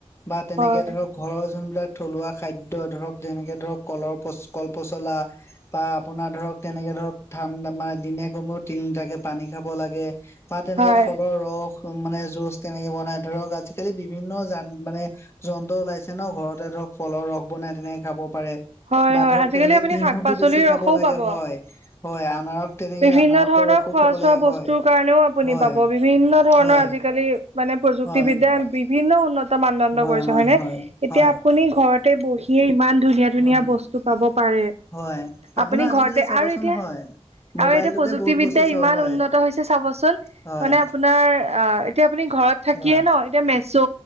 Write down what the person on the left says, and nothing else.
বা তেনেকে
ধৰক ঘৰৰ যোনবিলাক থলুৱা খাদ্য ধৰক যেনেকে ধৰক কলৰ পচ কল পচলা, বা আপোনাৰ ধৰক তেনেকে ধৰক ঠাণ্ডা মানে দিনে কমেও তিনিলিটাকে পানী খাব লাগে। বা তেনেকে
ফলৰ ৰস মানে জুচ তেনেকে বনাই ধৰক আজি আজিকালি বিভিন্ন যান মানে যন্ত্ৰ ওলাইছে ন ঘৰতে ধৰক ফলৰ ৰস বনাই তেনেকে খাব পাৰে
বা
ধৰক
তেনেকে
তিহুটো
বেছি খাব
লাগে
হয় হয় আনাৰস তেনেকে
আনাৰসৰ
ৰসো
খাব
লাগে
হয়
হয়
হয়
হয়
হয়
হয়
হয়
হয়
হয়
হয় আপোনাৰ
আজিকালি
চাবচোন
হয় মোবাইলটোতে
বহুত বস্তু চোৱা
হয়
হয়
হয়